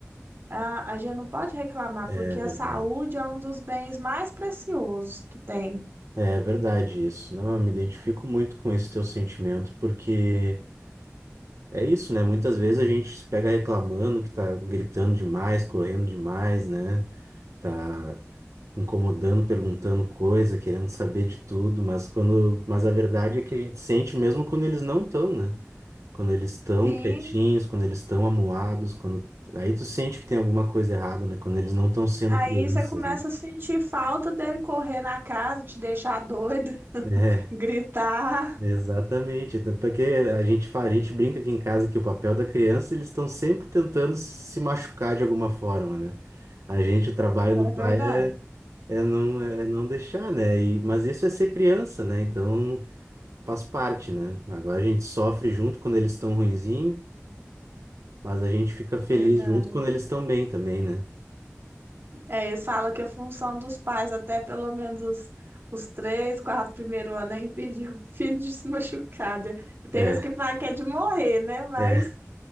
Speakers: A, on the right; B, on the right.
A: a, a gente não pode reclamar,
B: é
A: porque
B: verdade.
A: a saúde é um dos bens mais preciosos que tem.
B: É verdade isso. Não, eu me identifico muito com esse teu sentimento, porque é isso, né? Muitas vezes a gente se pega reclamando que tá gritando demais, correndo demais, né? Tá incomodando, perguntando coisa, querendo saber de tudo, mas quando, mas a verdade é que a gente sente mesmo quando eles não estão, né? Quando eles estão
A: Sim,
B: quietinhos, quando eles estão amuados, quando aí tu sente que tem alguma coisa errada, né? Quando eles não estão sendo
A: aí
B: crianças,
A: você começa
B: né?
A: a sentir falta dele correr na casa, te deixar doido, <laughs>
B: É,
A: gritar.
B: exatamente. Até Porque a gente fala, a gente brinca aqui em casa que o papel da criança, eles estão sempre tentando se machucar de alguma forma, né? A gente, o trabalho do
A: É
B: pai
A: verdade,
B: é, é não, é não deixar, né? E, mas isso é ser criança, né? Então faz parte, né? Agora a gente sofre junto quando eles estão ruinzinho, mas a gente fica feliz
A: verdade.
B: junto quando eles estão bem também, né?
A: É, eles falam que a função dos pais, até pelo menos os, os três, quatro primeiros anos, é impedir o filho de se machucar. né? Tem
B: É.
A: uns que falam que é de morrer, né? Mas
B: é,